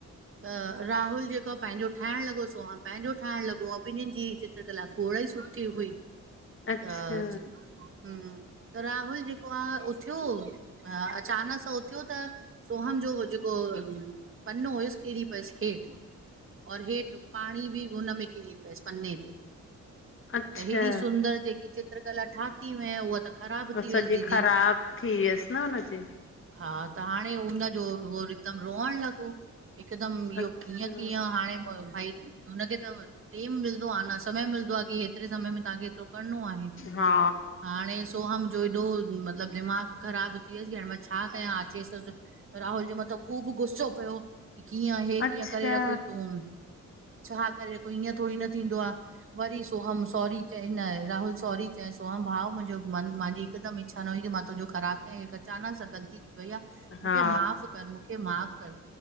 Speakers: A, on the right; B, on the left.
A: त राहुल जेको पंहिंजो ठाहिण लॻो सोहम पंहिंजो ठाहिण लॻो बिंअिन जी चित्रकला खोड़ ही सु सुठी हुई
B: अच्छा
A: त हम्म त राहुल जेको आ उथियो अ अचानक सां उथियो त सोहम जो जेको पनो हुयुसि किरी पयुसि हेठ और हेठ पाणी बि हुन में किरी पयुसि पने ते।
B: अच्छा
A: त हेॾी सुंदर, जेकी चित्रकला ठाती हुय उहा त ख़राब थी
B: सॼी
A: वियसि दीदी
B: ख़राब थी वियसि न हुनजी।
A: हा, त हाणे हुनजो उहो हिकदमि रोअण लॻो। हिकदम इहो
B: अच्छा
A: कीअं, कीअं हाणे भाई हुनखे त टेम मिलंदो आ न, समय मिलंदो आ, कि हेतिरे समय में तव्हांखे हेतिरो करणो आहे
B: हा
A: हाणे स्कू सोहम जो हेॾो मतलब दिमाग़ ख़राब थी वियुसि कि हाणे मां छा कयां अचेस त राहुल जे मथां ख़ूब गुस्सो कयो कि कीअं हे
B: अच्छा
A: कीअं करे रखूं तूं छा करे कोई ईअं थोड़ी न थींदो आ वरी सोहम सॉरी चईं न राहुल सॉरी चईं सोहम भाव मुंहिंजो मन मांजी हिकदमि इच्छा न हुई की मां तुंहिंजो ख़राब हे अचानक सां ग़लती थी वई आ मूंखे
B: हा
A: माफ़ कर मूंखे माफ़ कर